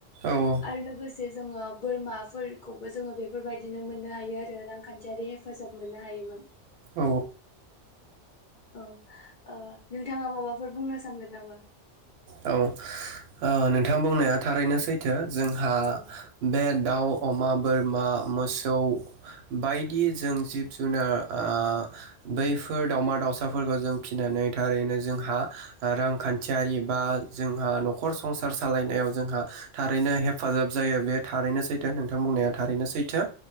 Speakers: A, on the right; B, on the left.
A: औ
B: आरो लोगोसे जोङो बोरमाफोरखौबो जोङो बेफोरबायदिनो मोननो हायो आरो रांखान्थियारि हेफाजाब मोननो हायोमोन
A: औ
B: औ नोंथाङा माबाफोर बुंनो सानगोन नामा।
A: औ नोंथां बुंनाया थारैनो सैथो। जोंहा
B: औ
A: बे दाउ। अमा, बोरमा, मोसौ बायदि जों जिब जुनार ओ बैफोर दावमा दाउसाफोरखौ जों फिसिनानै थारैनो जोंहा रांखान्थियारि बा जोंहा नखर संसार सालायनायाव जोंहा थारैनो हेफाजाब जायो, बे थारैनो सैथो नोंथां बुंनाया थारैनो सैथो।